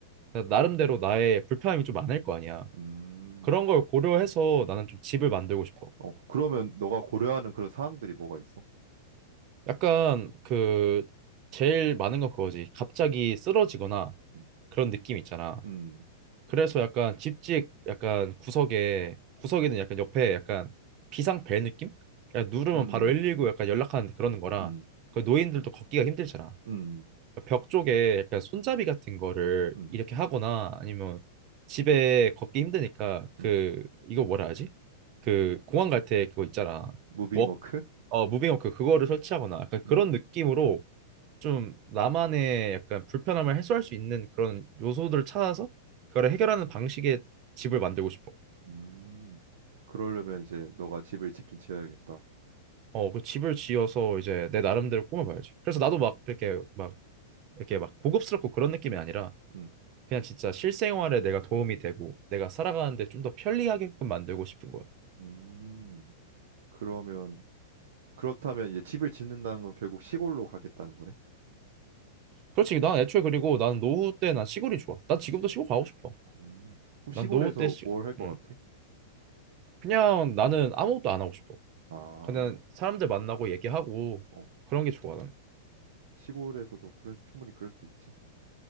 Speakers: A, on the right (about 35°); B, on the right (about 75°).
A: 그러니까 나름대로 나의 불편함이 좀 많을 거 아니야.
B: 음. 음.
A: 그런 걸 고려해서 나는 좀 집을 만들고 싶어.
B: 어, 그러면 너가 고려하는 그런 사항들이 뭐가 있어?
A: 약간 그 제일 많은 건 그거지. 갑자기 쓰러지거나
B: 음,
A: 그런 느낌 있잖아.
B: 음,
A: 그래서 약간 집집 약간 구석에 구석에는 약간 옆에 약간 비상 벨 느낌? 그냥 누르면
B: 음,
A: 바로 119 약간 연락하는 그런 거라
B: 음,
A: 그 노인들도 걷기가 힘들잖아.
B: 음, 음,
A: 벽 쪽에 약간 손잡이 같은 거를
B: 음.
A: 이렇게 하거나 아니면 집에 걷기 힘드니까 그
B: 음.
A: 이거 뭐라 하지? 그 공항 갈 때 그거 있잖아.
B: 무빙워크?
A: 워 어, 무빙 워크 그거를 설치하거나 약간
B: 음,
A: 그런 느낌으로 좀 나만의 약간 불편함을 해소할 수 있는 그런 요소들을 찾아서 그걸 해결하는 방식의 집을 만들고 싶어.
B: 음. 그러려면 이제 너가 집을 짓긴 지어야겠다.
A: 어, 그 집을 지어서 이제 내 나름대로 꾸며봐야지. 그래서 나도
B: 음,
A: 막 이렇게 막 이렇게 막 고급스럽고 그런 느낌이 아니라
B: 음,
A: 그냥 진짜 실생활에 내가 도움이 되고 내가 살아가는데 좀 더 편리하게끔 만들고 싶은 거야.
B: 음. 그러면 그렇다면 이제 집을 짓는다는 건 결국 시골로 가겠다는 거네.
A: 그렇지. 난 애초에 그리고 난 노후 때 난 시골이 좋아. 난 지금도 시골 가고 싶어.
B: 음. 그럼
A: 난
B: 시골에서
A: 노후 때 시...
B: 뭘 할 것
A: 음.
B: 같아?
A: 그냥 나는 아무것도 안 하고 싶어.
B: 아,
A: 그냥 사람들 만나고 얘기하고
B: 어,
A: 그런 게 좋아 나는.
B: 시골에서도 그럴 수- 충분히 그럴 수 있지.